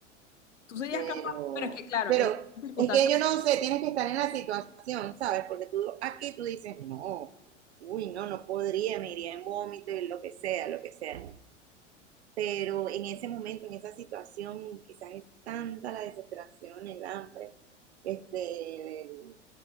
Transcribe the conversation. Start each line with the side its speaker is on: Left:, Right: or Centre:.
Left: Tú serías
Right: Pero,
Left: capaz, pero es que, claro,
Right: pero
Left: en estas circunstancias.
Right: es que yo no sé, tienes que estar en la situación, ¿sabes? Porque tú aquí tú dices, no, uy, no, no podría, me iría en vómito y lo que sea, lo que sea. Pero en ese momento, en esa situación, quizás es tanta la desesperación, el hambre, este, el-